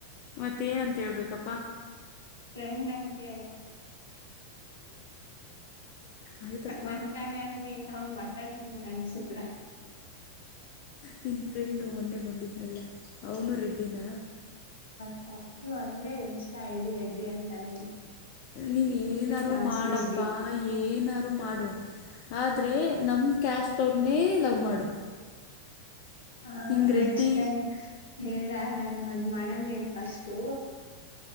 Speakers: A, on the left; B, on the left.
A: ಮತ್ತೇಏನಂತ ಹೇಳ್ಬೇಕಪ್ಪಾ
B: ಫ್ರೆಂಡ್ ಅಂತೇಳ
A: ಆಯ್ತಪ್ಪ
B: ಗಂದಾಗ ನೀ ಅವನ್ ಮಾತಾಡ್ ಅ
A: ನಿನ್ ಫ್ರೆಂಡು ಮೊನ್ನೆ ಬಂದಿದ್ನಲ್ಲ ಅವನು ರೆಡ್ಡಿನ
B: ಹೌದು ಅಂದ್ರೆ ಇನ್ಸ್ಟಾ ಐ ಡಿ ರೆಡ್ಡಿ ಅಂತಾನೇ ಹೇತವಿ
A: ನೀನ್ ಏನಾರು
B: ವಿಕಾಸ್
A: ಮಾಡಪ್ಪಾ
B: ರೆಡ್ಡಿ
A: ಏನಾರು ಮಾಡು
B: ಹ್ಮ್
A: ಆದ್ರೆ ನಮ ಕ್ಯಾಸ್ಟ್ ಅವ್ರನೇ ಲವ್ ಮಾಡು
B: ಹ ಹ
A: ಹಿಂಗ್ ರೆಡ್ಡಿ
B: ನೆಕ್ಸ್ಟ್ ಟೈಮ್ ಹೇಳ ನಾನು ಮದ್ ಮಾಡಂಗ ಇಲ್ ಫಸ್ಟು